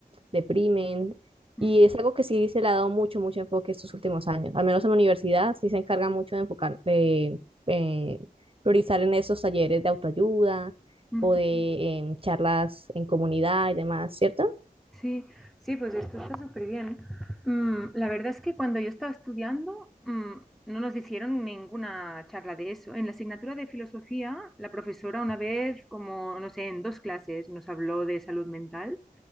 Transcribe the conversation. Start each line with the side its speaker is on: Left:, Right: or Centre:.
Right: deprimen
Centre: ujú,
Right: y es algo que sí se le ha dado mucho, mucho enfoque estos últimos años, al menos en la universidad sí se encarga mucho de enfocar, de eh, priorizar en esos talleres de autoayuda
Centre: ujú.
Right: o de em, charlas en comunidad y demás, ¿cierto?
Centre: Sí, sí, pues esto está súper bien. Mm, la verdad es que cuando yo estaba estudiando, mm, no nos hicieron ninguna charla de eso. En la asignatura de filosofía, la profesora una vez, como, no sé, en dos clases nos habló de salud mental.